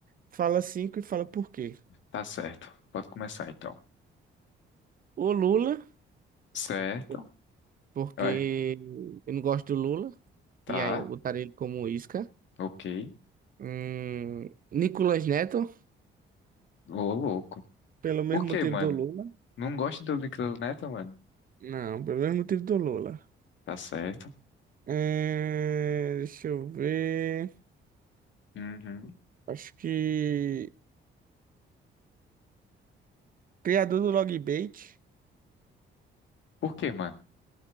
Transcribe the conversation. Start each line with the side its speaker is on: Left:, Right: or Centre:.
Right: fala 5 e fala por quê.
Left: tá certo. Pode começar então.
Right: O Lula,
Left: Certo?
Right: por- porque
Left: Vai.
Right: eu não gosto do Lula,
Left: Tá,
Right: e aí eu botaria ele como isca.
Left: ok.
Right: Hum, Nicolas Neto,
Left: Ô, louco.
Right: pelo mesmo
Left: Por que,
Right: motivo
Left: mano?
Right: do Lula.
Left: Não gosta do Nickel Neto, mano?
Right: Não, pelo mesmo motivo do Lula.
Left: Tá certo.
Right: É, deixa eu ver.
Left: Uhum.
Right: Acho que. Criador do Logbait.
Left: Por que, mano?